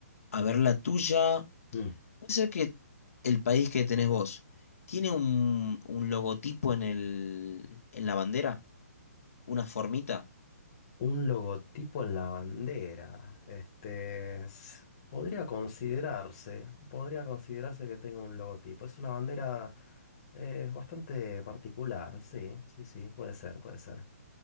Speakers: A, on the left; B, on the left.
A: A ver, la tuya,
B: Mm.
A: puede ser que el país que tenés vos tiene un, un logotipo en el, en la bandera, una formita.
B: Un logotipo en la bandera. Este s- podría considerarse, podría considerarse que tenga un logotipo. Es una bandera eh, bastante particular, sí, sí, sí, puede ser, puede ser.